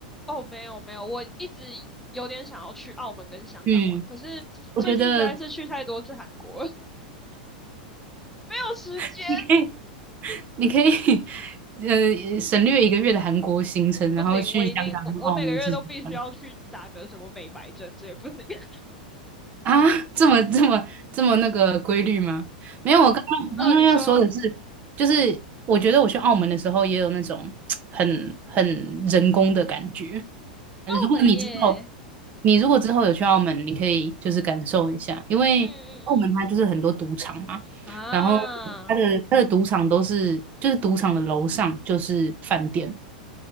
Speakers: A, in the centre; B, on the right.
A: 哦，没有没有，我一直有点想要去澳门跟香港玩，
B: 嗯，
A: 可是最近实在是去太多次韩国了，
B: 我觉得
A: <laughs> 没有时间。
B: <laughs> 你可以，你可以，呃，省略一个月的韩国行程，
A: <laughs>
B: 然后去香港和澳门试试看。
A: 不行，我一定我我每个月都必须要去打个什么美白针，这也不行，<laughs> 因为
B: 啊，这么这么这么那个规律吗？没有，我刚刚我刚刚要说的是，
A: 嗯、呃你说
B: 就是我觉得我去澳门的时候也有那种 <tsk> 很很人工的感觉。呃如果你之后
A: 澳门耶，
B: 你如果之后有去澳门，你可以就是感受一下，因为澳门它就是很多赌场嘛，
A: 嗯嗯嗯啊，
B: 然后它的它的赌场都是就是赌场的楼上就是饭店，
A: 哦